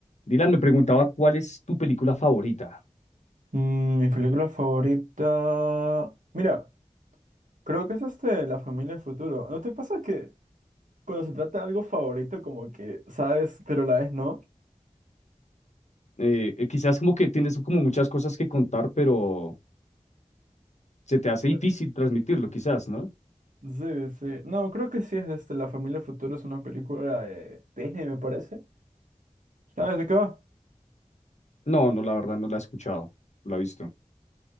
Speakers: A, on the left; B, on the right.
A: Dylan me preguntaba cuál es tu película favorita.
B: Mm, mi película favorita. Mira, creo que es este La familia del futuro. ¿No te pasa que cuando se trata de algo favorito, como que sabes, pero a la vez no?
A: Eh, eh, quizás como que tienes como muchas cosas que contar, pero se te hace
B: Claro.
A: difícil transmitirlo, quizás, ¿no?
B: Sí, sí. No, creo que sí es este La familia del futuro, es una película de Disney, me parece. ¿Sabes de qué va?
A: No, no, la verdad no la he escuchado, no la he visto.